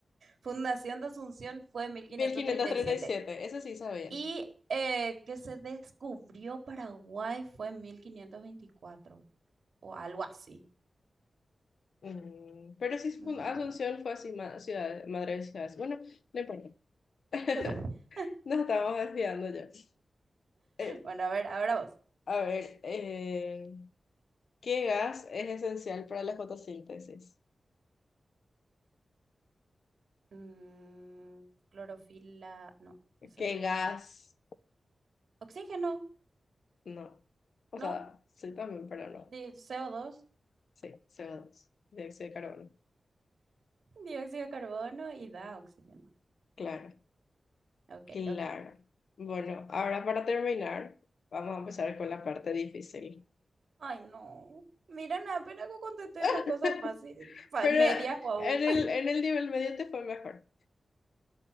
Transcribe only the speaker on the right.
Fundación de Asunción fue mil quinientos
treinta
Y siete
Y eh, que se descubrió Paraguay fue 1524 o algo así.
Mm,
<laughs>
Bueno, a ver, ahora vos.
Mm, Clorofila. No, eso
no es un
gas. Oxígeno,
¿no?
Di- co dos,
dióxido de carbono y da oxígeno.
Ok,
ok.
Ay, no. Mira, nada, apenas que contesté
estas cosas fáciles.
media, guau.